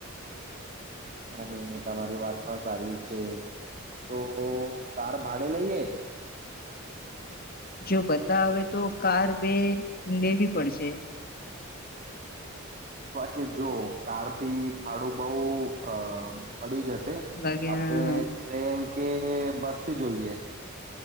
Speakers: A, on the right; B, on the left.
A: હા નહીં નહીં તમારી વાત પણ સારી છે તો કાર ભાડે લઈએ?
B: જો બધા આવે તો કાર બે લેવી પડશે.
A: અથવા કે જો કારથી ભાડું બઉ અ પડી જશે
B: લાગે હમ
A: આપણે ટ્રેન કે બસથી જોઈએ?